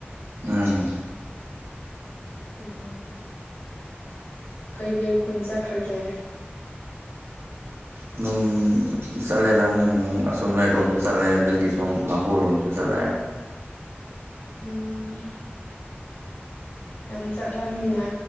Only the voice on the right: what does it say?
ꯎꯝ
ꯑꯗꯨꯝ ꯆꯠꯂꯦꯗ ꯅꯣꯏ ꯃꯅꯨꯡ ꯑꯁꯣꯟ ꯑꯗꯣꯝꯁꯨ ꯆꯠꯂꯦ ꯑꯗꯒꯤ ꯁꯨꯝ ꯂꯥꯡꯒꯣꯜꯂꯣꯝꯁꯨ ꯆꯠꯂꯦ꯫